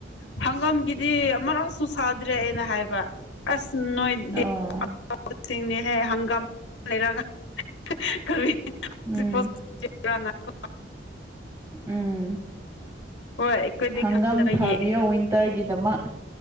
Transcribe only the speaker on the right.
ꯑꯣ
ꯎꯝ ꯎꯝ
ꯍꯪꯒꯥꯝ
ꯊꯥꯕꯤꯌꯣ ꯋꯤꯟꯇꯔꯒꯤꯗꯃꯛ